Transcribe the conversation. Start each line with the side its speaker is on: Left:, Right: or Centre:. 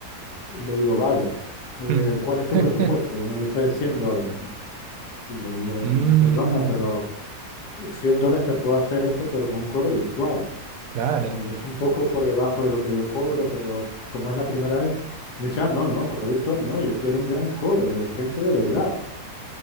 Left: Y le digo, vale, eh,
Right: mm.
Left: ¿cuál es tu
Right: <laughs>
Left: presupuesto? Y me dice, 100 dólares. Y le digo,
Right: Mm,
Left: "Eh, perdona, pero... 100 dólares te puedo hacer eso, pero con un coro virtual.
Right: claro,
Left: Y es un poco por debajo de lo que yo cobro, pero como es la primera vez, me dice, ah, no, no, coro virtual no, yo quiero un gran coro de gente de verdad.